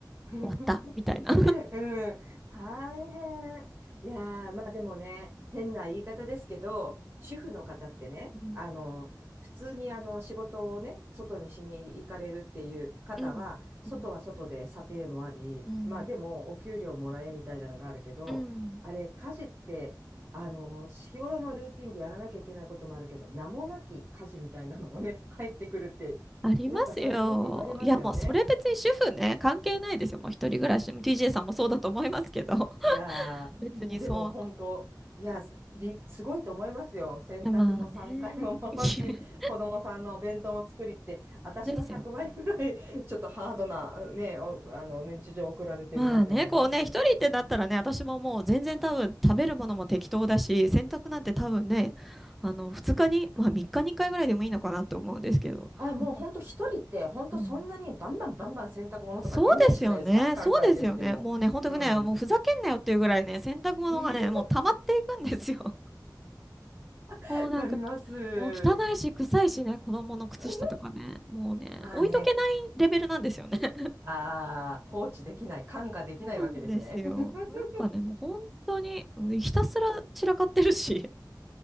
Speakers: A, on the right; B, in the centre.
A: <laughs> <laughs>
B: 終わった、みたいな。
A: うん、大変。いやー、まあでもね、変な言い方ですけど、主婦の方ってね、
B: うん、
A: あの、普通にあの仕事をね、外にしに行かれるっていう方は、
B: うん、
A: 外は外で査定もあり、
B: うん、うん。
A: まあでもお給料もらえみたいなのがあるけど、
B: うん
A: あれ、家事って、あの、日頃のルーティンでやらなきゃいけないこともあるけど、名もなき家事みたいなのもね、入ってくるって、
B: ありますよ。
A: なんか最近よく言われますよね。
B: いや、もうそれ別に主婦ね、関係ないですよ。もう一人暮らしも TJ さんもそうだと思いますけど、<laughs>
A: いやー、
B: 別にそう。
A: でも本当、いや、す、りすごいと思いますよ。洗濯も3回も回し、
B: いやまあね。<laughs>
A: 子供さんのお弁当も作りって、私の100倍ぐらい、
B: ですよ。
A: ちょっとハードな、ね、おあの、日常を送られてるなって思いますけどね。
B: まあね、こうね、一人ってなったらね、私ももう全然多分食べるものも適当だし、洗濯なんて多分ね、
A: うん。
B: あの、2日に、まあ3日に1回ぐらいでもいいのかなって思うんですけど。
A: あ、もう本当一人って、
B: やっぱ
A: 本当そんなにバンバンバンバン洗濯物とか出ないじゃないですか。
B: うんそうですよね。
A: 考えてみても。
B: そうですよね。もうね、本当にね、
A: うん。
B: もうふざけんなよっていうぐらいね、洗濯物がね、
A: <laughs>
B: もう溜まっていくんですよ。
A: わかります。
B: もうなんか、もう汚いし、臭いしね、子供の靴下とかね、
A: <laughs>
B: もうね、
A: まあね、
B: 置いとけないレベルなんですよね。
A: ああ、放置できない、看過できないわけですね。
B: そうなんですよ。
A: <laughs>
B: なんかね、もう本当に、もうひたすら散らかってるし。